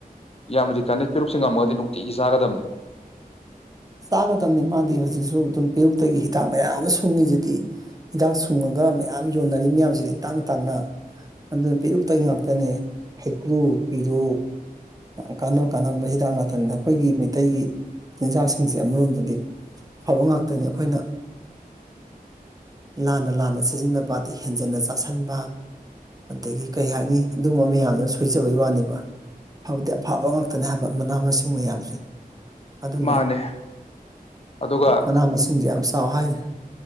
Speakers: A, on the left (about 40°); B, on the right (about 25°).
A: ꯌꯥꯝꯅꯗꯤ ꯀꯥꯟꯅꯩ ꯄꯦꯔꯨꯛꯁꯤ ꯉꯝꯃꯒꯗꯤ ꯅꯨꯡꯇꯤꯒꯤ ꯆꯥꯒꯗꯝ
B: ꯆꯥꯒꯗꯝꯅꯤ ꯃꯥꯗꯤ ꯍꯧꯖꯤꯛꯁꯨ ꯑꯗꯨꯝ ꯄꯦꯔꯨꯛꯇꯒꯤ ꯍꯤꯗꯥꯛ ꯃꯌꯥꯝ ꯑꯃ ꯁꯨꯡꯉꯤꯁꯤꯗꯤ ꯍꯤꯗꯥꯛ ꯁꯨꯡꯉꯒ ꯃꯌꯥꯝ ꯌꯣꯟꯅꯔꯤ ꯃꯌꯥꯝꯁꯤꯗꯤ ꯇꯥꯡꯅꯥ ꯇꯥꯡꯅ ꯑꯗꯨ ꯄꯦꯔꯨꯛꯇꯒꯤ ꯉꯥꯛꯇꯅꯦ ꯍꯩꯀ꯭ꯔꯨ ꯄꯦꯔꯨꯛ ꯑꯥ ꯀꯥꯟꯅꯕ ꯀꯥꯟꯅꯕ ꯍꯤꯗꯥꯛ ꯉꯥꯛꯇꯅꯤꯗ ꯑꯩꯈꯣꯏꯒꯤ ꯃꯩꯇꯩꯒꯤ ꯆꯤꯟꯖꯥꯛꯁꯤꯡꯁꯦ ꯑꯃꯔꯣꯝꯗꯗꯤ ꯑꯐꯕ ꯉꯥꯛꯇꯅꯤ ꯑꯩꯈꯣꯏꯅ ꯂꯥꯟꯅ ꯂꯥꯟꯅ ꯁꯤꯖꯤꯟꯅꯕ ꯑꯗꯩ ꯍꯦꯟꯖꯟꯅ ꯆꯥꯥꯁꯟꯕ ꯑꯗꯒꯤ ꯀꯩ ꯍꯥꯏꯅꯤ ꯑꯗꯨꯒꯨꯝꯕ ꯃꯌꯥꯝꯗꯨꯅ ꯁꯣꯏꯖꯕꯩ ꯋꯥꯅꯦꯕ ꯐꯕꯗꯤ ꯑꯐꯕ ꯉꯥꯛꯇꯅꯦ ꯍꯥꯏꯕ ꯃꯅꯥ ꯃꯁꯤꯡ ꯃꯌꯥꯝꯁꯦ ꯑꯗꯨꯅ
A: ꯃꯥꯅꯦ ꯑꯗꯨꯒ
B: ꯃꯅꯥ ꯃꯁꯤꯡ ꯌꯥꯝ ꯆꯥꯎ ꯍꯥꯏꯅꯦ